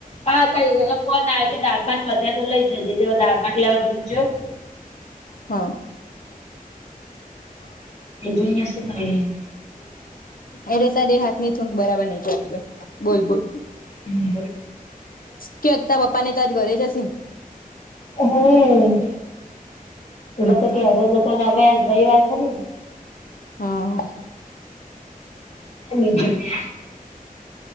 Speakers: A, on the left; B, on the left.
A: આ તારી ઓલા ફોન આવ કે દા ભાત વધ્યા તો લઈ જજે તે દા ભાત લેવા દૂર જાઉં.
B: હ.
A: એ જોઈએ શું કરીએ
B: એલે તારી હાથ ની થૂક બરાબર નઈ કરતી બોલ બોલ.
A: હમ્મ.
B: કે અત્ય પપ્પા ને તો આજ ઘરે જ હશે ને.
A: હમ્મ જતો
B: હમ
A: ક્યારે જતો ને આજ રવીવાર ખરી ને?
B: હા.
A: એ લઈ ગ્યા.